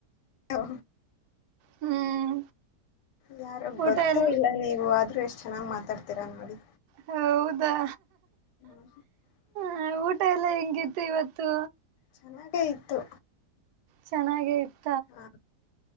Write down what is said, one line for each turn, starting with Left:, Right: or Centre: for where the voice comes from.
Left: ಹಯ್ಯೋ
Right: ಹ್ಮ್
Left: ಯಾರು ಗೊತ್ತೆ
Right: ಊಟ ಎಲ್ಲ
Left: ಇಲ್ಲ ನೀವು ಆದ್ರೂ ಎಷ್ಟ್ ಚೆನ್ನಾಗ್ ಮಾತಾಡ್ತೀರಾ ನೋಡಿ.
Right: ಹೌದಾ
Left: <unintelligible>
Right: ಹ ಊಟ ಎಲ್ಲ ಹೆಂಗಿತ್ತು ಇವತ್ತು
Left: ಚೆನಾಗೇ ಇತ್ತು.
Right: ಚೆನಾಗೆ ಇತ್
Left: ಹಾ